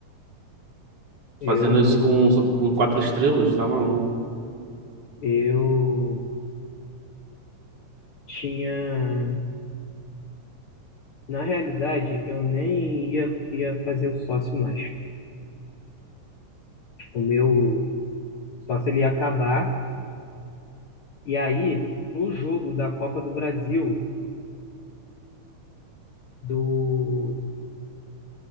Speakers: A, on the left (about 55°); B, on the right (about 50°).
A: Eu,
B: Fazendo isso com, com quatro estrelas, tá maluco.
A: eu tinha, na realidade, eu nem ia, ia fazer o sócio mais. O meu sócio ele ia acabar. E aí, no jogo da Copa do Brasil, do